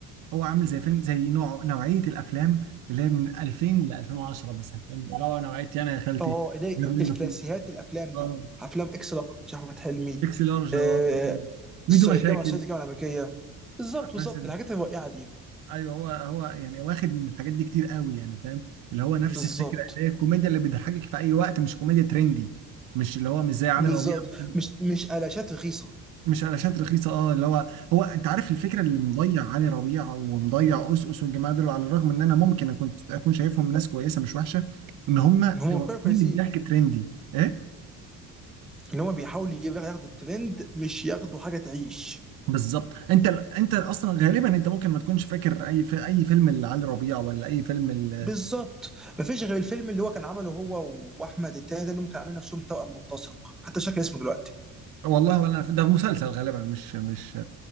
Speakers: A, on the right; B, in the centre.
A: هو عامل زي فيلم زي نوع نوعية الأفلام اللي هي من 2000 ل 2010 مثلا فاهم؟ اللي هو نوعية أنا يا خالتي
B: اه اللي
A: جاب منه
B: الكلاسيكيات
A: فيه
B: الافلام
A: اه
B: دي افلام اكس لارج احمد حلمي
A: اكس لارج
B: آه
A: اه مثلاً. ميدو
B: الصعيدي
A: مشاكل
B: جامعه الصعيدي الجامعه الامريكيه بالظبط بالظبط
A: مثلا
B: الحاجات الرائعه دي
A: ايوه هو هو يعني واخد من الحاجات دي كتير قوي يعني فاهم اللي هو نفس
B: بالظبط
A: الفكرة اللي هي الكوميديا اللي بتضحكك في أي وقت مش كوميديا ترندي مش اللي هو مش زي علي
B: بالظبط
A: ربيع مثلا.
B: مش مش قلاشات رخيصه
A: مش قلاشات رخيصه اه اللي هو هو انت عارف الفكره اللي مضيع علي ربيع ومضيع قصقص والجماعه دول على الرغم ان انا ممكن اكون اكون شايفهم ناس كويسه مش وحشه ان هم
B: ان هم
A: واخدين
B: كوي- كويسين
A: الضحك ترندي ايه
B: ان هم بيحاولوا ياخدوا الترند مش ياخدوا حاجه تعيش
A: بالظبط انت انت اصلا غالبا انت ممكن ما تكونش فاكر اي في اي فيلم لعلي ربيع ولا اي فيلم ال...
B: بالظبط مفيش غير الفيلم اللي هو كان عمله هو واحمد التاني ده اللي هم كانوا عاملين نفسهم توأم ملتصق حتى شكل اسمه دلوقتي
A: والله ولا أنا ف- ده مسلسل غالبا مش مش